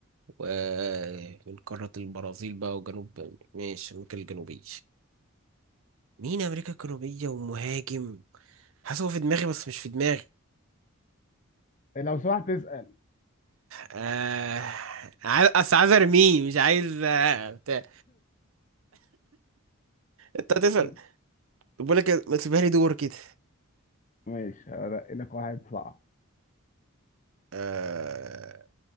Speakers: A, on the right (about 65°); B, on the left (about 35°).
A: ومن قارة البرازيل بقى وجنوب ماشي امريكا الجنوبية مين امريكا الجنوبية ومهاجم حاسس هو في دماغي بس مش في دماغي
B: لو سمحت تسأل
A: آه عايز اصل عايز ارميه مش عايز آه، بتاع انت هتسأل
B: <coughs>
A: طب بقول لك إيه، ما تسيبها لي دور كده
B: ماشي هرقي لك واحد صعب
A: آه